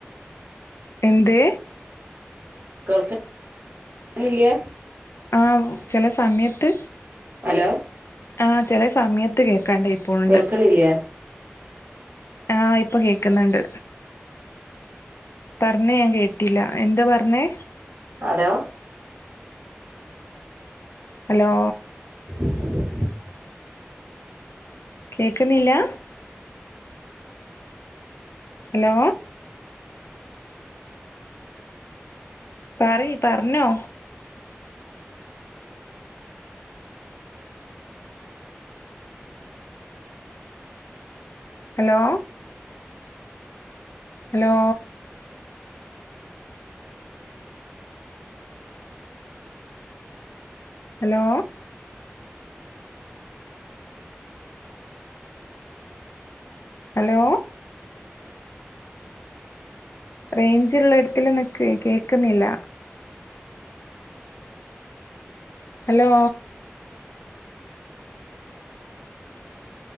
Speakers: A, on the left; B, on the right.
A: എന്ത
B: കേൾക്കണില്ല
A: ആഹ് ചില സമയത്ത്
B: ഹലോ
A: ആ ചില സമയത്ത് കേൾക്കും കട്ടായി പോണ്
B: കേൾക്ക്ണില്ല്യ
A: ണ്ട്- ആഹ ഇപ്പൊ കേക്കുന്നുണ്ട് പറഞ്ഞ ഞാൻ കേട്ടില്ല എന്താ പറഞ്ഞേ
B: ഹലോ
A: ഹലോ
B: <inaudible>
A: കേക്കുന്നില്ല ഹലോ പറയ് പറഞ്ഞോ- ഹലോ ഹലോ ഹലോ ഹലോ റേഞ്ചള്ള ഇടത്തി നിക്ക് കേക്കുന്നില്ല ഹലോ